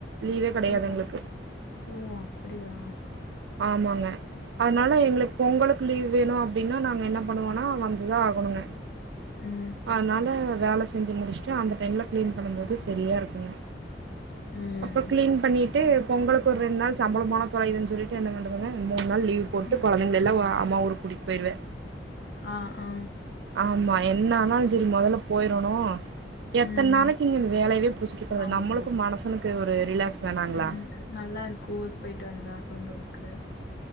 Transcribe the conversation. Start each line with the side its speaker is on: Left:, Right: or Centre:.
Right: லீவே கெடையாது
Left: ஓ
Right: எங்களுக்கு.
Left: ஓ அப்டியா
Right: ஆமாங்க அதனால எங்ளுக்கு பொங்கல் லீவ் வேணு அப்டின்னா நாங்க என்ன பண்ணுவோனா வந்துதா ஆகணுங்க
Left: ம்
Right: அதனால வேல செஞ்சு முடிச்சுட்டு அந்த டைம்ல க்ளீன் பண்ணும்போது சரியா இருக்குங்க
Left: ம்.
Right: அப்போ க்ளீன் பண்ணிட்டு பொங்கலுக் ஒரு ரெண்டு நாள் சம்பளோ போனா தொலையுதுன் சொல்லி என்ன பண்றதுங்க மூண் நாள் லீவ் போட்டு
Left: ம்.
Right: கொழந்தைங்கலெல்லா அம்மா ஊருக்கு கூட்டிட் போய்ருவ
Left: ஆ, ஆ.
Right: ஆமா என்ன ஆனாலு சரி மொதல்ல போய்ரணு
Left: ம்.
Right: எத்தன் நாளைக்கு இங்க வேலையவே புடிச்சிட்டு இருக்கறது
Left: ஆமா.
Right: நம்மளுக்கு மனுசனுக்கு ஒரு ரிலாக்ஸ் வேணாங்களா
Left: ம் நல்லாருக்கு ஊருக்கு போய்ட்டு வந்தா சொந்த ஊருக்கு